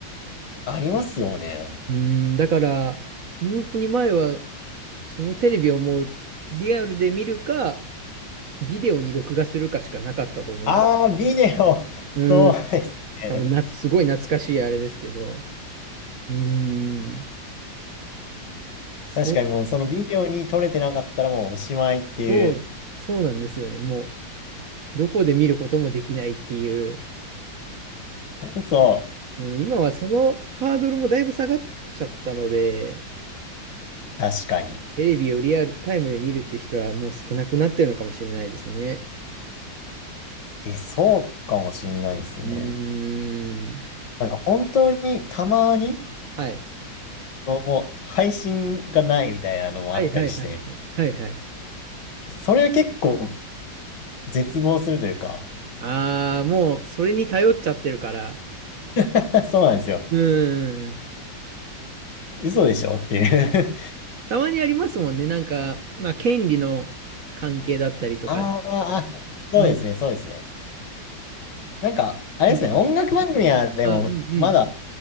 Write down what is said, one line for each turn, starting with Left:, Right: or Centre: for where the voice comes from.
Left: ありますよね。
Right: うーん。だから、本当に前は、そのテレビをもうリアルで見るか、ビデオに録画するかしかなかったと思うので。
Left: ああ、ビデオ。
Right: うん。
Left: そうですね。
Right: 多分な、すごい懐かしいあれですけど。うーん。そ
Left: 確かにもう、そのビデオに撮れてなかったらもうおしまいっていう。
Right: う、そうなんですよね。もう、どこで見ることもできないっていう。
Left: <laughs> そう。
Right: うん、今はそのハードルもだいぶ下がっちゃったので、
Left: 確かに。
Right: テレビをリアルタイムで見るって人はもう少なくなってるのかもしれないですね。
Left: え、そうかもしんないですね。
Right: うーん。
Left: なんか本当にたまに、
Right: はい。
Left: もうもう配信がないみたいなのもあったりして、
Right: はいはいはいはい。はいはい。
Left: それは結構絶望するというか
Right: ああ、もうそれに頼っちゃってるから。
Left: <laughs> そうなんですよ。
Right: うーん。
Left: 嘘でしょっていう
Right: たまにありますもんね。なんか、まあ、権利の関係だったりとかで。
Left: <laughs> あーあ、そうですね、
Right: うん。
Left: そうですね。なんか、あれですね、
Right: うん。
Left: 音楽番組はでも、
Right: あ、うんうん。
Left: まだ